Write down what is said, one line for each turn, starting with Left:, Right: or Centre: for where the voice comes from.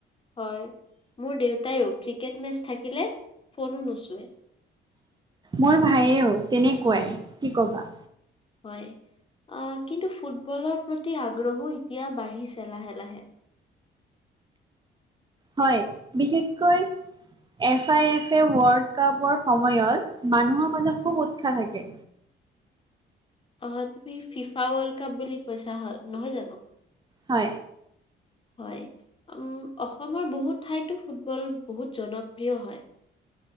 Left: হয়, মোৰ দেউতায়েও ক্ৰিকেট মেচ থাকিলে ফোনো নুচোৱে।
Right: মোৰ ভায়েও তেনেকুৱাই কি ক'বা।
Left: হয়, আহ কিন্তু ফুটবলৰ প্ৰতি আগ্ৰহো এতিয়া বাঢ়িছে লাহে লাহে।
Right: হয়, বিশেষকৈ F I F A world কাপৰ সময়ত মানুহৰ মাজত খুব উৎসাহ থাকে।
Left: অ', তুমি ফিফা ৱৰ্ল্ড কাপ বুলি কৈছা হয় নহয় জানো?
Right: হয়।
Left: হয়, উম অসমৰ বহুত ঠাইতো ফুটবল বহুত জনপ্ৰিয় হয়।